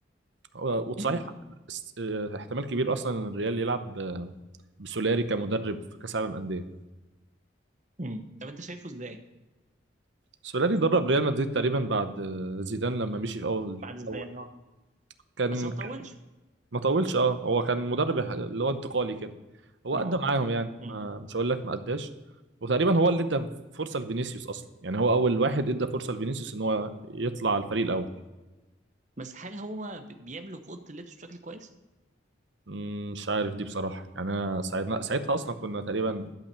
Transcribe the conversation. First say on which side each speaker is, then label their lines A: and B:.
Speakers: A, on the right; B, on the right.
A: هو- وصحيح
B: امم
A: است- اه، احتمال كبير اصلا إن الريال يلعب ب- بسولاري كمدرب في كاس العالم انديه
B: امم طب انت شايفه ازاي
A: سولاري درب ريال مدريد تقريبا بعد آه، زيدان لما مشي في اول
B: بعد زيدان
A: اول
B: اه
A: كان
B: بس ما تطولش
A: ما طولش اه هو كان مدرب اللي هو انتقالي كده هو ادى
B: مؤقت
A: معاهم يعني ما
B: امم
A: مش هقول لك ما اداش وتقريبا هو اللي ادى فرصه لفينيسيوس اصلا يعني هو اول واحد ادى فرصه لفينيسيوس ان هو يطلع على الفريق الاول
B: بس هل هو بي- بيملك اوضه اللبس بشكل كويس
A: مم، مش عارف دي بصراحه يعني انا ساعتنا ساعتها اصلا كنا تقريبا